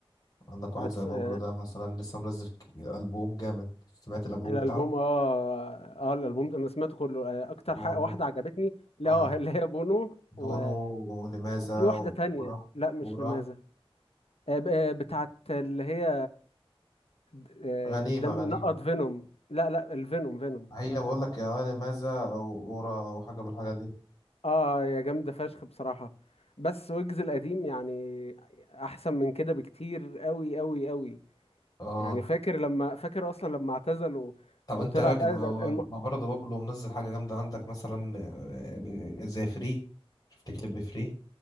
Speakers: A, on the left (about 40°); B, on the left (about 90°).
A: عندك واحد
B: بتس...
A: زي بابلو
B: آه،
A: ده مثلا لسه منزل ك- ألبوم جامد سمعت الألبوم
B: الالبوم
A: بتاعه
B: اه اه الالبوم ده انا سمعته كله آه، اكتر
A: بونو
B: حاجه واحده عجبتني لا
A: آه
B: آه، اللي هي بونو و...
A: بونو لماذا
B: وفي واحده تانية
A: ورا
B: لا مش
A: ورا
B: لماذا آه، ب- آه، بتاعت اللي هي د- آه،
A: غنيمة
B: دم
A: غنيمة
B: ينقط فينوم لا لا الفينوم فينوم
A: هي بقول لك يا لماذا أو ورا أو حاجة من الحاجات دي
B: اه يا جامدة فشخ بصراحة بس ويجز القديم يعني احسن من كده بكتير قوي قوي قوي
A: اه
B: يعني فاكر لما فاكر اصلا لما اعتزل و...
A: طب
B: وطلع
A: انت راجع
B: بقى
A: ما
B: ده
A: هو
B: الم...
A: ما برضه بابلو منزل حاجة جامدة عندك مثلا آه، آه، زي فري شفت كليب فري